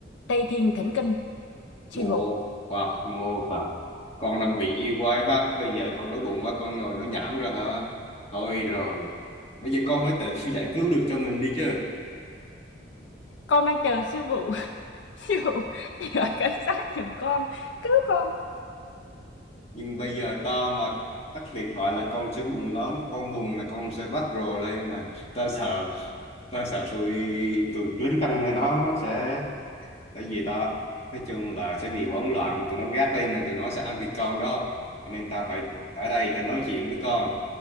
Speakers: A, on the left (about 80°); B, on the left (about 35°).
A: Tây Thiên Thỉnh Kinh sư
B: ngộ
A: phụ
B: hoặc ngộ phạt con đang bị yêu quái bắt bây giờ con đói bụng quá con ngồi nó nhảm rồi hả thôi rồi bây giờ con mới tự <laughs> giải cứu được cho mình đi chứ
A: con đang chờ sư phụ <laughs> sư phụ đi gọi cảnh sát giùm con cứu con
B: nhưng bây giờ ta mà tắt điện thoại là con sẽ buồn lắm con buồn là con sẽ vắt rồ lên là ta sợ ta sợ tụi tụi lính canh này đó nó sẽ tại vì ta nói chung là sẽ bị hỗn loạn tụi nó gác lên là tụi nó sẽ ăn thịt con đó cho nên ta phải ở đây ta nói chuyện với con